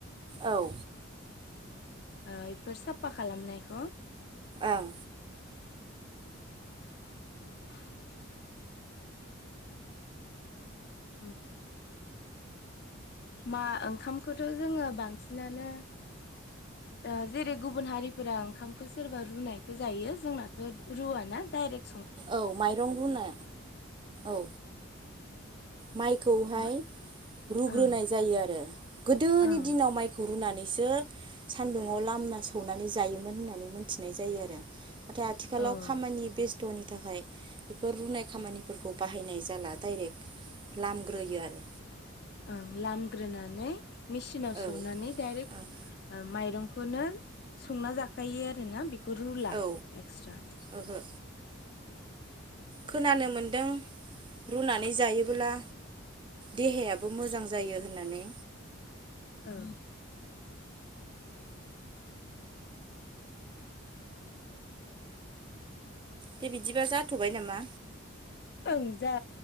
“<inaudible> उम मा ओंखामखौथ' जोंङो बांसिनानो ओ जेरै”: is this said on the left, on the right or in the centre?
Left